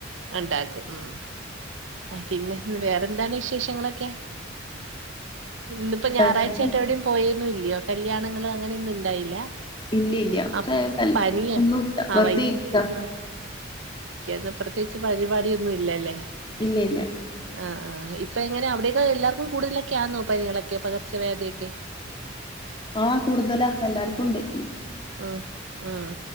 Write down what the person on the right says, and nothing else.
ഉണ്ടാക്കും ഉ.. ആ പിന്നെ വേറെന്താണ് വിശേഷങ്ങളൊക്കെ. ഇന്നിപ്പോ
ഞായറാഴ്ചായിട്ട് എവിടെയും പോയന്നും ഇല്ലയോ കല്യാണങ്ങൾ അങ്ങനെയൊന്നും ഉണ്ടായില്ല.
അ പനിയാ
ആ
ന്ന് പ്രത്യേകിച്ച് പരിപാടിയന്നും ഇല്ലല്ലേ.
ആ ആ ഇപ്പ ഇങ്ങനെ അവിടെയക്ക എല്ലാർക്കും കൂടുതലൊക്കെ ആനോ പനികളൊക്കെ. പകർച്ചവ്യാധിയൊക്കെ
ഉം ഉം